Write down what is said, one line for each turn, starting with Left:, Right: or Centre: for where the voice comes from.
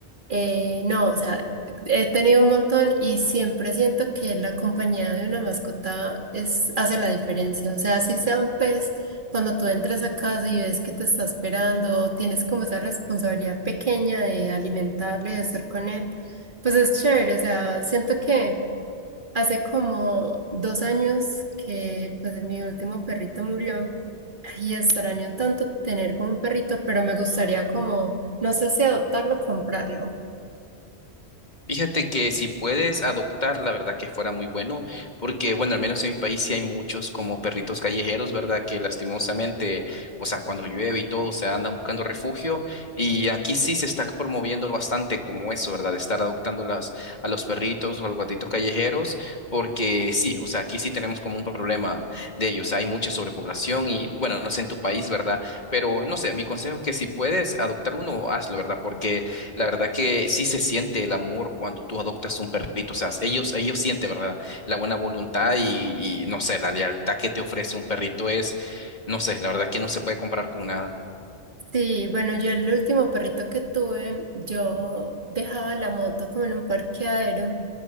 Right: Eh, no, o sea, he tenido un montón y siempre siento que la compañía de una mascota es, hace la diferencia. O sea, si sea un pez, cuando tú entras a casa y ves que te está esperando, tienes como esa responsabilidad pequeña de alimentarlo y de estar con él, pues es chévere. O sea, siento que hace como dos años que pues mi último perrito murió. Y extraño tanto tener como un perrito, pero me gustaría como, no sé si adoptarlo o comprarlo.
Left: Fíjate que si puedes adoptar, la verdad que fuera muy bueno, porque bueno, al menos en mi país sí hay muchos como perritos callejeros, ¿verdad? Que lastimosamente, o sea, cuando llueve y todo, se andan buscando refugio y aquí sí se está promoviendo bastante como eso, ¿verdad? De estar adoptando las, a los perritos o a los gatitos callejeros, porque sí, o sea, aquí sí tenemos como un problema de ellos, hay mucha sobrepoblación y bueno, no sé en tu país, ¿verdad? Pero no sé, mi consejo es que si puedes adoptar uno, hazlo, ¿verdad? Porque la verdad que sí se siente el amor cuando tú adoptas un perrito. O sea, ellos, ellos sienten, ¿verdad? La buena voluntad y, y no sé, la lealtad que te ofrece un perrito es, no sé, la verdad que no se puede comparar con nada.
Right: Sí, bueno, yo el último perrito que tuve, yo dejaba la moto como en un parqueadero